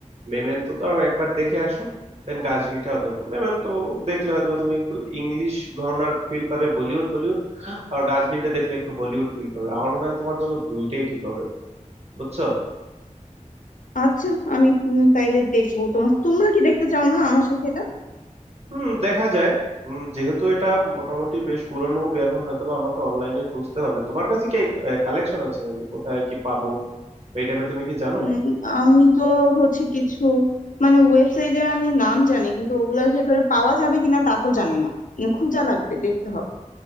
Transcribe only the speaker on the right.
মেমেন্টোটাও একবার দেখে আসো দেন গাজনিটাও দেখো মেমেন্টো দেখলে হয়তো বা তুমি একটু ইংলিশ ঘরানার ফিল পাবে বলিউড বলিউড আর গাজনিটা দেখলে একটু হলিউড ফিল পাবে আমার মনে হয় তোমার জন্য দুইটাই ঠিক হবে বুঝছো
হুম দেখা যায় উম, যেহেতু এটা মোটামুটি বেশ পুরনো মুভি এখন হয়তোবা আমাকে অনলাইনে খুঁজতে হবে তোমার কাছে কি কালেকশন আছে নাকি কোথায় কি পাবো এই টাইপের তুমি কি জানো